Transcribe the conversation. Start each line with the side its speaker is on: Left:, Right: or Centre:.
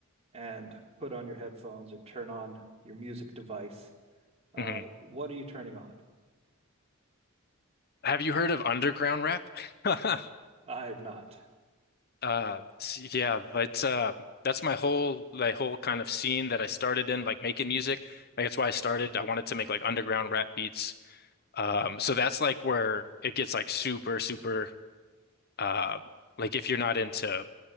Right: and put on your headphones or turn on your music device. Uh,
Left: mhm.
Right: what are you turning on?
Left: Have you heard of underground rap? <laughs>
Right: I have not.
Left: Uh, s- yeah, it's uh, that's my whole my whole kind of scene that I started in, like making music. Like that's why I started. I wanted to make like underground rap beats. Um, so that's like where it gets like super, super. Uh, like if you're not into